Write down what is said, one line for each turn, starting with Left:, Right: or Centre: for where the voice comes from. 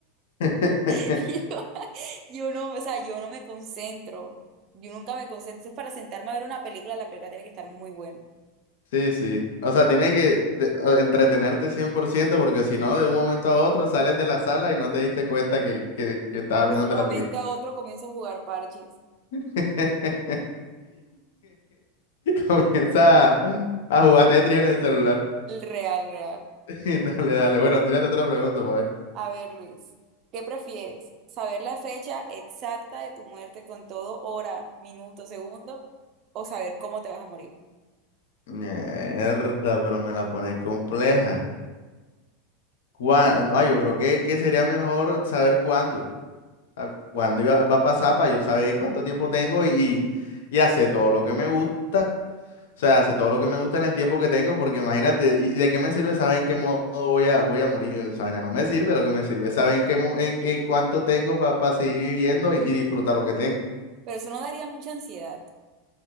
Left: <laughs>
Right: <laughs> Yo no, o sea, yo no me concentro. Yo nunca me concentro. Entonces, para sentarme a ver una película, la película tiene que estar muy buena.
Left: Sí, sí. O sea, tiene que de- o- entretenerte 100%, porque si no, de un momento a otro sales de la sala y no te diste cuenta que, que, que estabas
Right: De
Left: viéndote
Right: un momento
Left: la película.
Right: a otro comienzo a jugar parches.
Left: <laughs> Comienza a, a jugar Tetris en el celular.
Right: El Real, real.
Left: <laughs> Dale, dale. Bueno, tírate otra pregunta, pa' ver.
Right: A ver, Luis, ¿qué prefieres? ¿Saber la fecha exacta de tu muerte con todo hora, minuto, segundo? ¿O saber cómo te vas a morir?
Left: Mierda, pero me la pone compleja. ¿Cuá- Ah, yo creo que, que sería mejor saber cuándo. a- Cuándo iba- va a pasar para yo saber cuánto tiempo tengo y, y hacer todo lo que me gusta. O sea, hace todo lo que me gusta en el tiempo que tengo, porque imagínate, ¿y y de qué me sirve saber en qué modo voy a, voy a morir? Esa vaina no me sirve, lo que me sirve es saber en qué, mo- en qué cuánto tengo para seguir viviendo y, y disfrutar lo que tengo.
Right: Pero eso no daría mucha ansiedad.